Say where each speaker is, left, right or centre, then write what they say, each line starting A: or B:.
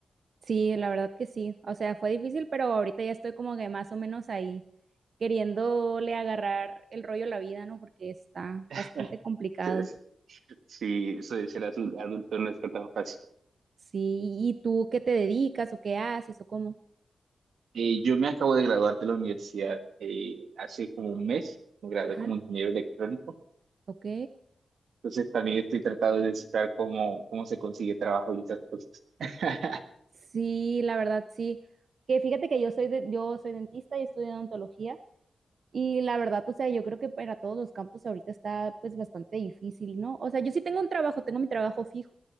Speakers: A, on the right (about 50°); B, on the right (about 85°).
A: sí, la verdad que sí, o sea, fue difícil, pero ahorita ya estoy como que más o menos ahí queriéndole agarrar el rollo a la vida, ¿no? Porque está
B: <laughs>
A: bastante complicado.
B: Entonces, Sí, eso de ser azul- adulto no está tan fácil.
A: Sí, ¿y tú qué te dedicas o qué haces o cómo?
B: Eh, yo me acabo de graduar de la universidad eh, hace como un mes, me gradué
A: Ajá.
B: como ingeniero electrónico,
A: Ok.
B: entonces también estoy tratando de descifrar cómo, cómo se consigue trabajo y esas cosas. <laughs>
A: Sí, la verdad sí. Que fíjate que yo soy de- yo soy dentista y estudio odontología y la verdad, o sea, yo creo que para todos los campos ahorita está pues bastante difícil, ¿no? O sea, yo sí tengo un trabajo, tengo mi trabajo fijo